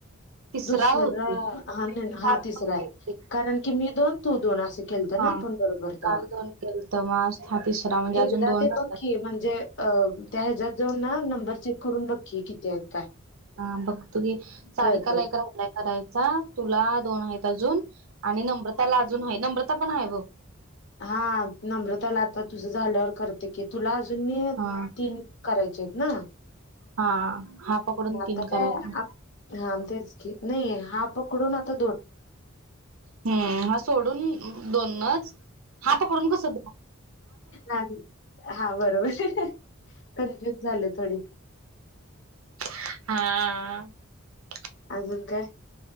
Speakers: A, on the right; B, on the left.
A: तिसरा
B: दुसर
A: बहुतेक
B: हा हा
A: काल
B: तिसरा
A: पण
B: आहे
A: केलते
B: कारण की मी दोन तू दोन असे खलत
A: हा.
B: ना आपण बरोबर तवा
A: काल दोन केलत मग आज हा तिसरा म्हणजे अजून
B: एकदा
A: दोन
B: ते
A: राहिल्यात.
B: पकी म्हणजे अ त्या ह्याच्यात जाऊन ना नंबर चेक करून बक्की कितीत
A: हा बघ तु गी सार
B: कळतंय.
A: कालायक रा अप्लाय करायचा तुला दोन आहेत अजून आणि नम्रताला अजून आहे नम्रता पण आहे ब
B: हा नम्रताला आता तुझं झाल्यावर करते की तुला त
A: हा.
B: तीन करायचे आहेत ना
A: हा हा पकडून
B: मताा
A: तीन करायचे
B: तेच नाही हा पकडून आता
A: हम्म हा सोडून दोननच हा तर पडून क सध
B: ह हा बरोबर कन्फ्युज झाले थोडी
A: हा
B: अज का